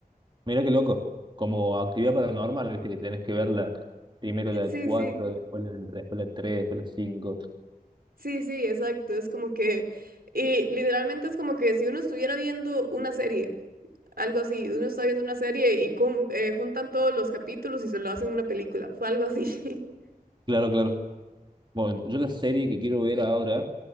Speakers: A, on the right; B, on the right.
A: Mira qué loco. Como actividad paranormal, viste que tenés que verla. Primero la
B: Sí,
A: 4
B: sí.
A: después la, después la 3, después la cinco
B: Sí, sí, exacto. Es como que, y literalmente es como que si uno estuviera viendo una serie, algo así, uno está viendo una serie y con- eh, juntan todos los capítulos y se lo hacen una película. Fue algo así. <laughs>
A: Claro, claro. Bueno, yo la serie que quiero ver ahora,